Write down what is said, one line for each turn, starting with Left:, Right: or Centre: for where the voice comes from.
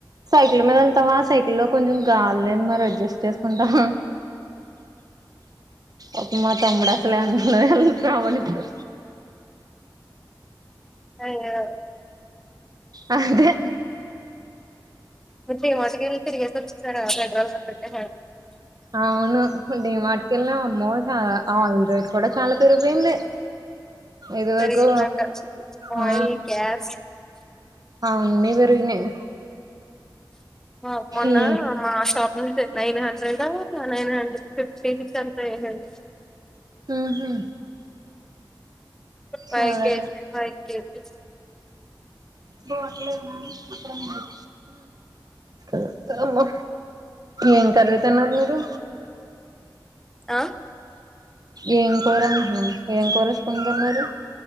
Right: సైకిల్ మీద ఎళ్తావా సైకిల్ లో కొంచెం గాలి లేద్ మరి అడ్జస్ట్ చేసుకుంటావా అప్పు మా తమ్ముడా అసలే అ కావాల ఇప్పుడు
Centre: అయ్యో
Right: అదే
Centre: మీరు డీమర్ట్ వెళ్ళి తిరిగేసి వచ్చేసారా పెడ్రోల్ంటే
Right: అవును డిమర్ట్ కెళ్ళం అమ్మో చాలా అవున్ రేట్ కూడా చాలా పెరిగిపోయింది. ఇది వరకు
Centre: పెరిగిందంట
Right: ఆ
Centre: ఆయిల్ గ్యాస్
Right: ఆన్ని పెరగినాయ్
Centre: మవ్ మొన్న
Right: ఈ
Centre: మాషాప్ అంతే నైన్ హండ్రెడ, నైన్ హండ్రెడ్ ఫిఫ్టీకి ఫ్టీట్ అంత ఏమిలేదు.
Right: ఆహా చారే
Centre: ఫైవ్ కేజీ ఫైవ్ కేజీ
Right: పోట్లేద అక్కడ ఉన్నాడు ఊ అమ్మ ఏం కర్రీ తిన్నారు మీరు?
Centre: ఆ
Right: ఏం కూర అ ఏం కూర ఏసుకునితిన్నారు?